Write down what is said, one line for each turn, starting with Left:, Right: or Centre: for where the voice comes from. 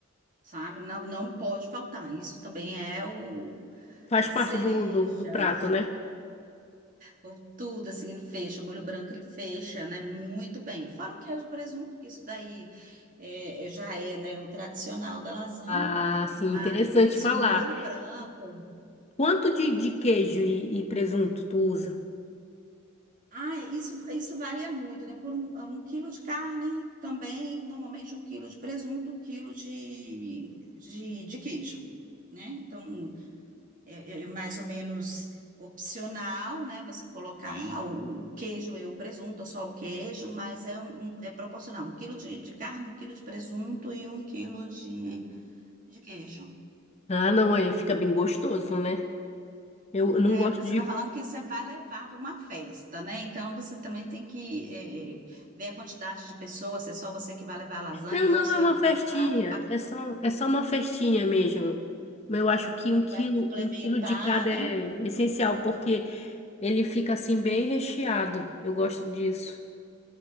Right: sabe? Não, não pode faltar. Isso também é o,
Left: Faz
Right: a
Left: parte
Right: cereja
Left: do, do, do prato, né?
Right: Ou tudo assim, ele fecha, o molho branco ele fecha, né? Muito bem. Fora o queijo e presunto, que isso daí é, é- já é, né, o tradicional da lasanha,
Left: Ah, sim,
Right: mas
Left: interessante falar.
Right: o molho branco.
Left: Quanto de, de queijo e, e presunto tu usa?
Right: Ah, isso, isso varia muito, né? Por um, um quilo de carne também, normalmente um quilo de presunto, um quilo de, de, de queijo, né? Então, é, é mais ou menos opcional, né? Você colocar "Ah, o, o queijo e o presunto, ou só o queijo, mas é, um, um- é proporcional. Um quilo de, de carne, um quilo de presunto e um quilo de, de queijo.
Left: Ah, não, aí fica bem gostoso, né? Eu, eu não
Right: É,
Left: gosto
Right: porque
Left: de.
Right: você está falando que você vai levar para uma festa, né? Então você também tem que é, é, ver a quantidade de pessoas, se é só você que vai levar a lasanha
Left: Não, não,
Right: ou se
Left: é uma
Right: é um
Left: festinha.
Right: prato pa-
Left: É só, é só uma festinha mesmo. Mas Eu acho que um
Right: que
Left: quilo,
Right: vai complementar,
Left: um quilo de cada
Right: né?
Left: é essencial, porque ele fica assim bem recheado. Eu gosto disso.